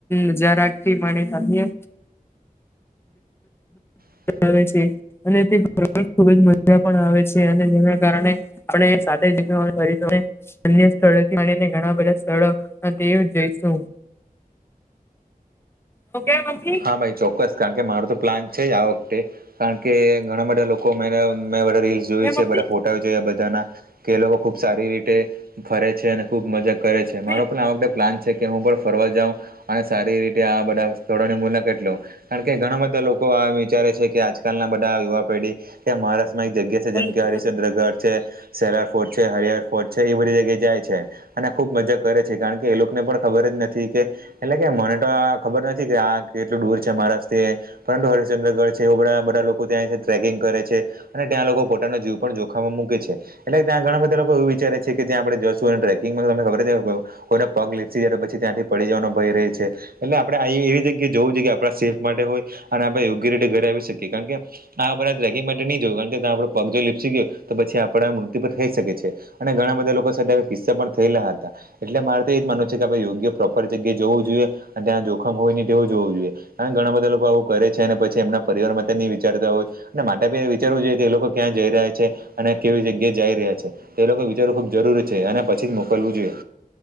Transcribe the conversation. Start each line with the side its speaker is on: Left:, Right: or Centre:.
Left: નજારા થી મળીએ અન્ય
Right: હ
Left: આવે છે. અને તે ખુબ જ મજા પણ આવે છે અને જેના કારણે આપણે સાથે <inaudible> અન્ય સ્થળોથી મણીને ઘણા બધા સ્થળો તે જઈશું. Okay mummy.
Right: હા ભાઈ ચોક્કસ કારણ કે મારો તો પ્લાન છે જ આ વખતે. કારણ કે ઘણા બધા લોકો મે મે બધા રિલ્સ. જોય
Left: એ મમ્મી,
Right: છે. બધા ફોટા જોયા બધાના કે એ લોકો ખુબ સારી રીતે ફરે છે અને ખુબ મજા કરે છે. મારો
Left: મમ્મી,
Right: પણ આ વખતે પ્લાન છે કે હું પણ ફરવા જાઉ અને સારી રીતે આ બધા સ્થળોને મુલાકાત લઉં. કારણ કે ઘણા બધા લોકો આ વિચારે છે કે આજકાલ ના બધા યુવા પેઢી ત્યાં મહારાષ્ટ્રમાં એક જગ્યા
Left: મમ્મી
Right: જેમ કે હરિશદ્રગઢ છે, સહેલાર ફોર્ટ છે, હરિહર ફોર્ટ છે એ બધી જગ્યાએ જાય છે. અને ખૂબ મજા કરે છે. કારણ કે એ લોકોને પણ ખબર જ નથી કે એટલે કે મને તો આ ખબર નથી કે આ તે એટલું દૂર છે મહારાષ્ટ્રથી પરંતુ હરિચંદ્રગઢ છે એ બધા બધા લોકો ત્યાં ટ્રેકિંગ કરે છે. અને ત્યાં લોકો પોતાનો જીવ પણ જોખમમાં મૂકે છે. એટલે ત્યાં ઘણા બધા લોકો એવું વિચારે છે કે ત્યાં આપડે જશું અને ટ્રેકિંગમાં તને ખબર છે કોઈને પગ લીપસી જ્યારે પછી ત્યાંથી પડી જવાનો ભય રહી છે. એટલે આપણેે એવી જગ્યા કે જોવું જોઈએ આપણા સેફ માટે હોય અને આપણે યોગ્ય રીતે ઘરે આવી શકીએ. કારણ કે આ બધા ટ્રેકિંગ માટે નહી જોયું કારણ કે આપડો પગ જો લીપસી ગયો તો પછી આપડ મૃતુ પર થઈ શકે છે. અને ઘણા બધા લોકો સાથે આવા કિસ્સા પણ થયેલા હતા. એટલે મારે તો એજ માનવુ છે કે આપે યોગ્ય પ્રોપર જગ્યાએ જવું જોઈએ. અને ત્યાં જોખમ હોય ની. તેવું જોવું જોઈએ કાર ઘણા બધા લોકો આવું કરે છે અને પછી એમના પરિવાર માટે નહી વિચારતા હોય. અને માતા પિતાએ બી વિચારવું જોઈએ કે એ લોકો ક્યાં જઈ રહ્યા છે અને કેવી જગ્યાએ જઈ રહ્યા છે. તે લોકોએ વિચારવું ખૂબ જરૂરી છે અને પછી જ મોકલવું જોઈએ.